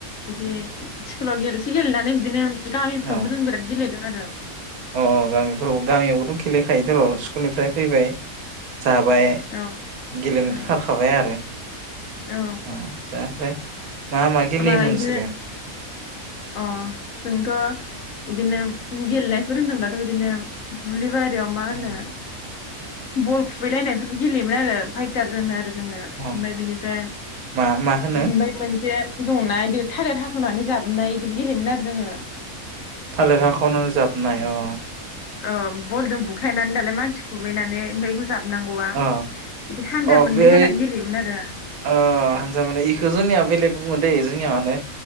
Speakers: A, on the left; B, on the right.
A: बिदि स्कुलाव गेलसि गेलनानै बिदिनो गामिफ्रावबो
B: अ
A: जों बिराद गेलेदों आरो
B: अ गामिफोरावबो गामियावबोथ' गेलेखायोथ' स्कुलनिफ्राय फैबाय जाबाय
A: ओ
B: गेलेनो
A: औ
B: खारखाबाय आरो
A: औ
B: अ दा ओमफ्राय मा गेलेयोमोन
A: मा
B: नोंसोरो
A: बिदिनो अ जोंथ' इदिनो गेलेनायफोर होनोब्लाथ' बिदिनो दुब्लि बारि याव मा
B: उम
A: होनो बल खुबैलायनायफोरबो गेलेयोमोन आरो फाइटार होनो आरो जोङो ओमफ्राय
B: अ
A: बिनिफ्राय
B: मा मा होनो
A: ओमफ्राय मोनसे दंना बिदि थालिर हास'नानै जाबनाय बिदि गेलेयोमोन आरो जोङो
B: थालिर हाखावना जाबनाय अ
A: ओ बलजों बुख्लायनानै दालाय मानसिखौ <unintelligible> जोबनांगौआ
B: अ
A: बिदि हानजा
B: अ
A: मोननै
B: बै
A: जानानै गेलेयोमोन आरो
B: अ हानजा माने इखौ जोंनिया बेलेग बुङो दैे जोंनिया माने